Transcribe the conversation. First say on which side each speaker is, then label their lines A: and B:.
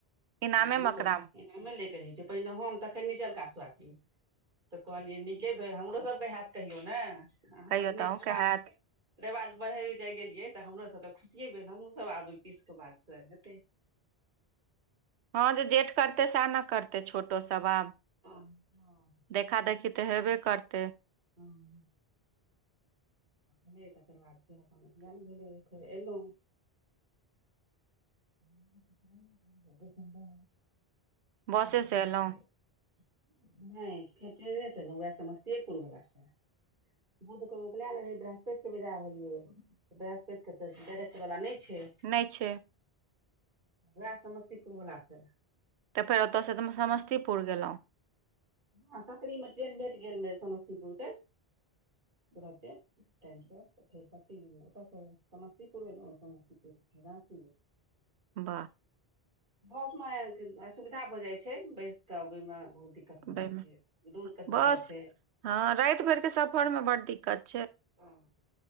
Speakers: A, on the right (about 85°); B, on the right (about 50°).
A: इनामे
B: एनामे
A: मकराम
B: लैके एनामे लैके रहै छै पहिने हम तखन निचलका सावासीन तऽ कहलियै नीके भेल हमरोसभकेँ हैत कहियौ ने अहाँसभ
A: कहियो
B: नीकेवाज
A: तऽ अहूँके हैत
B: हेतै रिवाज बढ़ै जाय गेलियै तऽ हमरोसभ तऽ खुशिये भेल हमूँसभ आबै पीस कऽ बादसँ हेतै '
A: हँ जे जेठ करतै सएह ने करतै छोटोसभ आब
B: हँ हँ
A: देखा देखी तऽ हेबे करतै
B: हँ भेलै तकर बाद फेर अपन उपनयन भेलै फेर एयलहुँ क ह <inaudible>
A: बसे से एलहुँ
B: नै फेटरे से बौआ समस्तियेपुर बलासे बूध के उपले रहे बृहस्पेत के विदा भेलिये बृहस्पति के तऽ डायरेक्ट वला नै छै
A: नै छै
B: वैह समस्तीपुरवलाासँ
A: तऽ फेर ओतय से त समस्तीपुर गेलौह
B: ह सकरी मे ट्रेन भेट गेले समस्तीपुर केे तुरंते फेर त समस्तीपुर भेल समस्तीपुर बाँकि
A: बाह
B: बस मे सुविधा भऽ जाइ छै बैस कऽ ओहिमे बहुत दिक्कत दिक्कत
A: वाह
B: भए जाइ छै दूर के
A: बस
B: सफर छै
A: हँ रात भरके सफरमे बड दिक्कत छै
B: हँ,